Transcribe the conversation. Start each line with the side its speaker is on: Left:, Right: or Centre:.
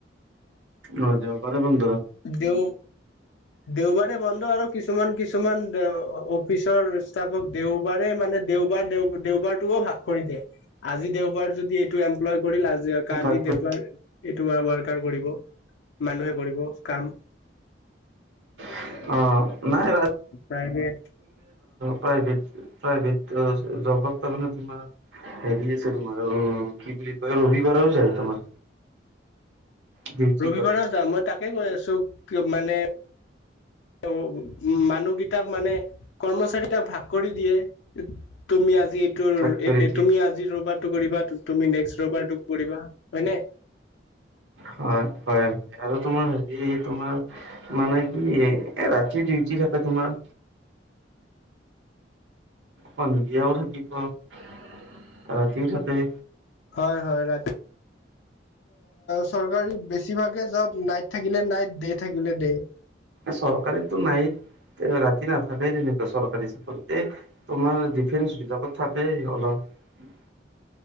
Right: অ'যাব পাৰে।
Left: দেও দেওবাৰে বন্ধ আৰু কিছুমান কিছুমান অফিচৰ ষ্টাফক দেওবাৰে মানে দেওবাৰ দেও দেওবাৰটোও ভাগ কৰি দিয়ে আজি দেওবাৰ যদি এইটো এমপ্লয় কৰিল আজি কালি
Right: তাতকৈ
Left: দেওবাৰ এইটো বাৰ কাৰ পৰিব মানুহে কৰিব কাম
Right: অঁ নাই ৰাজ
Left: প্ৰাইভেট
Right: প্ৰাইভেট প্ৰাইভেট ত জবত তাৰমানে তোমাৰ হেৰি আছে তোমাৰ অঁ কি বুলি কয় ৰবিবাৰেও যায় তোমাৰ ডিউটি
Left: ৰবিবাৰেও
Right: কৰে।
Left: যায় মই তাকে কৈ আছো মানে উ মানুহকেইটাক মানে কৰ্মচাৰীকেইটাক ভাগ কৰি দিয়ে তুমি আজি এইটো
Right: ভাগ কৰি দিয়ে
Left: তুমি আজি ৰবিবাৰটো কৰিবা তুমি নেক্স ৰবিবাৰটো কৰিবা হয় নে
Right: হয় হয় হয় আৰু তোমাৰ হেৰি তোমাৰ মানে কি এ ৰাতি ডিউটি থাকে তোমাৰ সন্ধিয়াও থাকিব ৰাতিও থাকে
Left: হয় হয় ৰাতি চৰকাৰী বেছিভাগে জব নাইট থাকিলে নাই ডে থাকিলে ডে
Right: চৰকাৰীতটো নাই ৰাতি নাথাকেই তেনেকুৱা চৰকাৰী চাকৰিতে তোমাৰ ডিফেন্স বিলাকত থাকেই অলপ